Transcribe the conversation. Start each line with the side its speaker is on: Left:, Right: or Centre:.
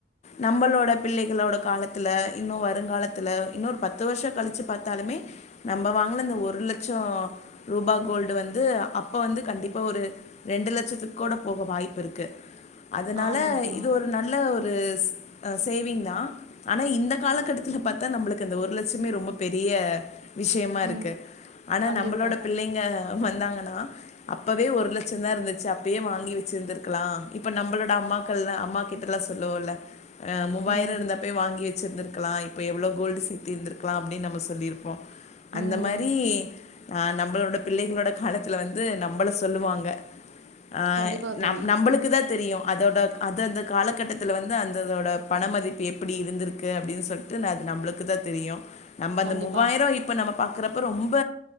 Left: நம்பளோட பிள்ளைகளோட காலத்துல இன்னு வருங்காலத்துல இன்னொரு பத்து வர்ஷக் கழிச்சு பாத்தாலுமே நம்ப வாங்குனிந்த ஒரு லட்சோ ரூபா கோல்டு வந்து அப்போ வந்து கண்டிப்பா ஒரு ரெண்டு லட்ச் கூட போக வாய்ப்பிருக்கு அதுனால
Right: ஆமா தோழி
Left: இது ஒரு நல்ல ஒரு ரு ஸ் அ சேவிங் தா ஆனா இந்த காலகட்டத்துல பாத்தா நம்மளுக்கு அந்த ஒரு லட்சமே ரொம்ப பெரிய விஷியமா இருக்கு
Right: ம்
Left: ஆனா
Right: கண்டிப்பா
Left: நம்பளோட பிள்ளைங்க வந்தாங்கன்னா அப்பவே ஒரு லட்சந் தா இருந்துச்சு அப் ப்பயே வாங்கி வெச்சிருந்திருக்கலா இப்ப நம்பளோட அம்மாக்கள்ள அம்மா கிட்டல்லா சொல்லுவோல அ மூவாயிர
Right: ம்
Left: இருந்தப்யே வாங்கிரு ச்சிந்திருக்லா இப்ப எவ்ளோ கோல்டு சித்தி இருந்துர்க்கலா அப்டி நம்ம சொல்லிருப்போ அந்த
Right: ம்
Left: மாரி ஆஹ் நம்பளோட பிள்ளைகளோட காலத்துல வந்து நம்பள சொல்லுவாங்க ஆ
Right: கண்டிப்பா
Left: நம்
Right: தோழி
Left: நம்பளுக்கு தான் தெரியு அதோட அது அந்த காலகட்டத்துல வந்து அந்ததோட பண மதிப்பு எப்பிடி இருந்திருக்கு அப்டின்னு சொல்லிட்டு நா அது நம்பளுக்கு தா தெரியு நம்பந்த
Right: கண்டிப்பா
Left: மூவாயரோ இப்ப நம்ம பாக்கறப்ப ரொம்ப